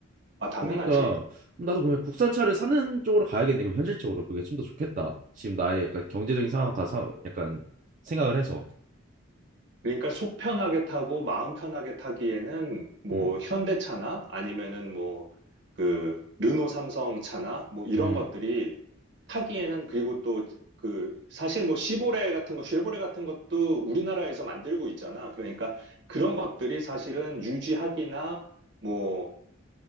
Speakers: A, on the right; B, on the right.
A: 아, 당연하지.
B: 그러니까 그럼 나도 그냥 국산차를 사는 쪽으로 가야겠네. 그럼 현실적으로 그게 좀 더 좋겠다. 지금 나의 약간 경제적인 상황 다 사, 약간 생각을 해서.
A: 그러니까 속 편하게 타고 마음 편하게 타기에는 뭐
B: 음,
A: 현대차나 아니면은 뭐 그 르노 삼성 차나 뭐 이런
B: 음,
A: 것들이 타기에는 그리고 또 그 사실 뭐 시보레 같은 거 쉐보레 같은 것도 우리나라에서 만들고 있잖아. 그러니까 그런 것들이 사실은 유지하기나 뭐